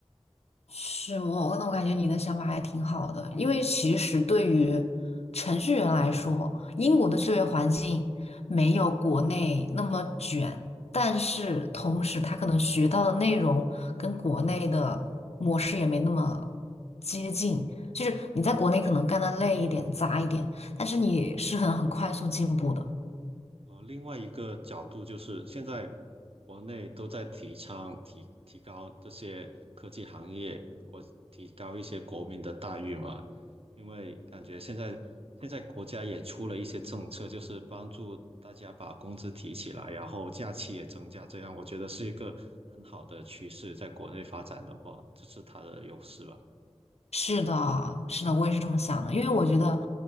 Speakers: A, on the left; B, on the right.
A: 是我，那我感觉你的想法还挺好的，因为其实对于程序员来说，英国的就业环境没有国内那么卷，但是同时他可能学到的内容跟国内的模式也没那么接近，就是你在国内可能干得累一点、杂一点，但是你是很很快速进步的。
B: 呃，另外一个角度就是，现在国内都在提倡提提高这些科技行业，国提高一些国民的待遇嘛。因为感觉现在现在国家也出了一些政策，就是帮助大家把工资提起来，然后假期也增加，这样我觉得是一个很好的趋势。在国内发展的话，这是它的优势吧。
A: 是的，是的，我也是这么想的，因为我觉得，